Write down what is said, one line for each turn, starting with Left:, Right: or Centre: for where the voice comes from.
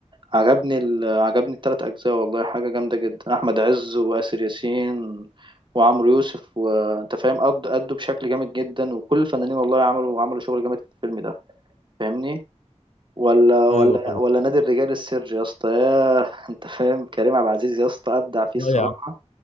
Right: عجبني ال... عجبني التلات أجزاء والله حاجة جامدة جدا أحمد عز وآسر ياسين وعمرو يوسف وأنت فاهم قد أدوا بشكل جامد جدا وكل الفنانين والله عملوا عملوا شغل جامد في الفيلم ده فاهمني ولا
Left: ايوه
Right: ولا
Left: طبعا
Right: ولا نادي الرجال السر يا اسطى ياه أنت فاهم كريم عبد العزيز يا اسطى أبدع فيه
Left: اه
Right: الصراحة
Left: يا عم